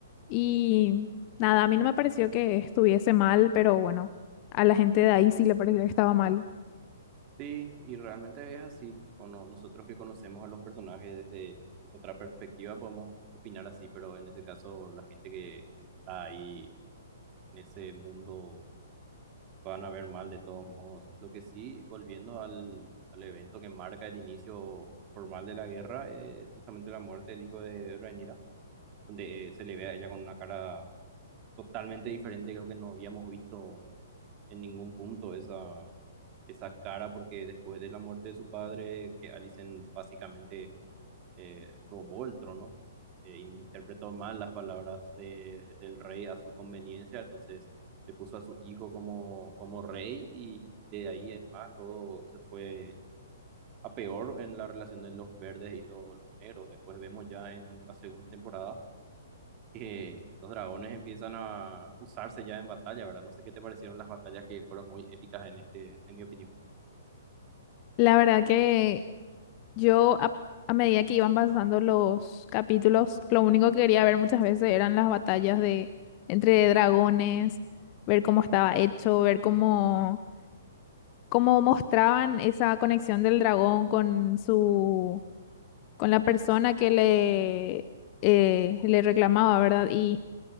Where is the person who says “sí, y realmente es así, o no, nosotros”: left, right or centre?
Right